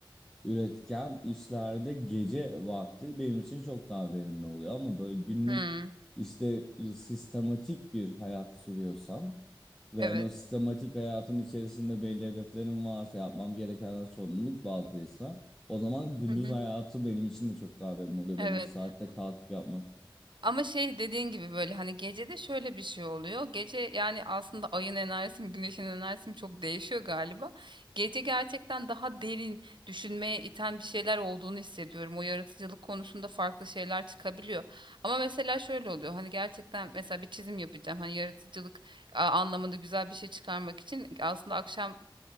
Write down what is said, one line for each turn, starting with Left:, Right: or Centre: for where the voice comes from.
Centre: üretken işlerde gece vakti benim için çok daha verimli oluyor. Ama böyle günlük
Right: Hı.
Centre: işte sistematik bir hayat sürüyorsam ve
Right: Evet.
Centre: hani o sistematik hayatın içerisinde belli hedeflerim varsa yapmam gerekenler sorumluluk bazlıysa o zaman gündüz
Right: Hı hı.
Centre: hayatı benim için de çok daha verimli oluyor.
Right: Evet.
Centre: Belli bir saatte kalkıp yapmak.
Right: Ama şey dediğin gibi böyle hani gecede şöyle bir şey oluyor. Gece yani aslında ayın enerjisi mi güneşin enerjisi mi çok değişiyor galiba. Gece gerçekten daha derin düşünmeye iten bir şeyler olduğunu hissediyorum. O yaratıcılık konusunda farklı şeyler çıkabiliyor. Ama mesela şöyle oluyor. Hani gerçekten mesela bir çizim yapacağım. Hani yaratıcılık a- anlamında güzel bir şey çıkarmak için aslında akşam